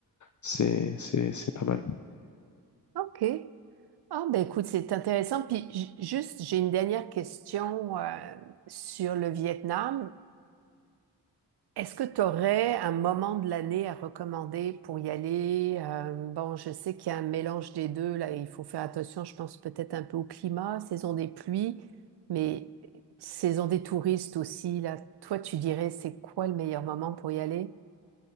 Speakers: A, on the left (about 45°); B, on the right (about 65°).
A: c'est, c'est, c'est pas mal.
B: OK. Ah, ben écoute, c'est intéressant. Puis ju- juste, j'ai une dernière question euh, sur le Vietnam. Est-ce que tu aurais un moment de l'année à recommander pour y aller? Euh, bon, je sais qu'il y a un mélange des deux, là, il faut faire attention, je pense peut-être un peu au climat, saison des pluies, mais saison des touristes aussi, là. Toi, tu dirais, c'est quoi le meilleur moment pour y aller?